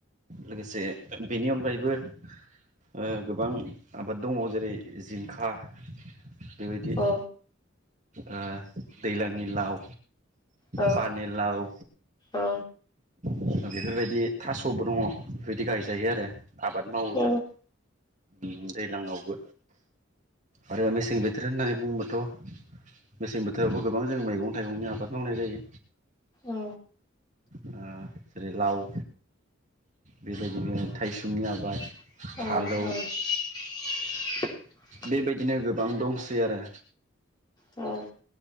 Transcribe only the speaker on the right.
लोगोसे बेनि अनगायैबो ओ गोबां आबाद दङ जेरै जिंखा बेबायदि
ओ दैलांनि लाव
पानेलाव
ओ बेफोरबायदि थास'बो दङ बेफोरबायदि गायजायो आरो आबाद मावद्रोम
ओम दैलांआवबो आरो मेसें बोथोर होननानै बुङोबाथ' मेसें बोथोरावबो गोबां जों मैगं थाइगंनि आबाद मावनाय जायो।
ओ जेरै लाव बेबायदिनो थाइसुमनि आबाद
फालौ
बेबायदिनो गोबां दंसै आरो